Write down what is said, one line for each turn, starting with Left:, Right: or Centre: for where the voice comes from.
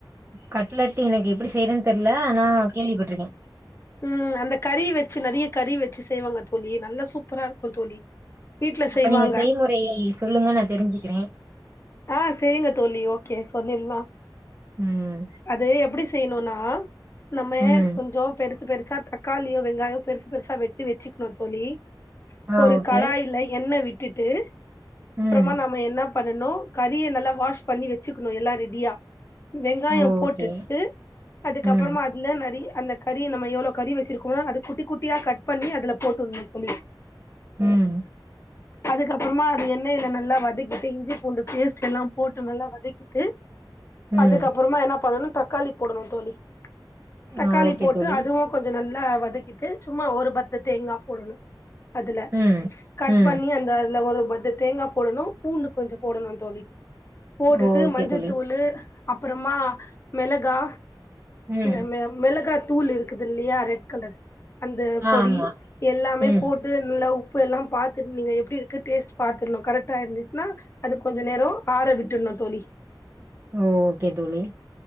Right: கட்லட்டு எனக்கு எப்டி செய்றன் தெர்ல ஆனா கேள்விப்பட்ருக்கே
Left: ம் அந்த கறி வெச்சு நெறிய கறி வெச்சு செய்வாங்க தோழி நல்ல சூப்பரா இருக்கு தோழி வீட்ல
Right: அப்ப
Left: செய்வாங்க
Right: நீங்க செய்முறை சொல்லுங்க நா தெரிஞ்சிக்கிறே
Left: ஆ செரிங்க தோழி ஓகே சொல்லிர்லா
Right: ம்
Left: அது எப்டி செய்யனுனா நம்மே
Right: ம்
Left: கொஞ்சோ பெரு சு பெருசா தக்காளியோ வெங்காயோ பெருசு பெருசா வெட்டி வெச்சுக்னு தோழி
Right: ஆ
Left: ஒரு
Right: ஓகே
Left: கடாய்ல எண்ண விட் டுட்டு அப்றமா
Right: ம்
Left: நாம என்ன பண்ணனு கறிய நல்லா வாஷ் பண்ணி வெச்சுக்கனு எல்லா ரெடியா வெங்காயோ
Right: ஓ
Left: போட்டுட்டு
Right: ஓகே
Left: அதுக்கப்றமா
Right: ம்
Left: அதுல நெறய அந்த க றி நம்ம எவ்ளோ கறி வெச்சிருக்கமோ அது குட்டி குட்டியா கட் பண்ணி அதுல போட்டுர்னு தோழி
Right: ம்
Left: அதுக்கப்பறமா அது எண்ணெய்ல நல்லா வதக்கிட்டு இஞ்சி பூண்டு பேஸ்ட் எல்லா போட்டு நல்லா வதக்கிட்டு
Right: ம்
Left: அதுக்கப்புறமா என்னா பண்ணணு தக்காளி போடனு தோழி தக்காளி
Right: ஆ ஓகே
Left: போட்டு
Right: தோழி
Left: அதுவு கொஞ்ச நல்லா வத வதக்கிட்டு சும்மா ஒரு பத்த தேங்கா போடனு அதுல
Right: ம்
Left: கட்
Right: ம்
Left: பண்ணி அந்த அதுல ஒரு பத்து தேங்காய் போடணு பூண்டு கொஞ்சோ போடணும் தோழி போட்டுட்டு
Right: ஓகே
Left: மஞ்சத்தூளு
Right: தோழி
Left: அப்பறமா மெளகா
Right: ம்
Left: ல மெ மெளகா தூள் இருக்குதுல்லியா ரெட் கலர் அந்த பொடி
Right: ஆமா
Left: எல்லாமே
Right: ம்
Left: போட்டு நல்லா உப் பெல்லா பாத் தர்னு எப்டி இருக்கு டேஸ்ட் பாத்துர்னு கரெக்டா இருந்துச்சுனா அத கொஞ்ச நேரோ ஆற விட்டுர்னு தோழி
Right: ஓ ஓகே தோழி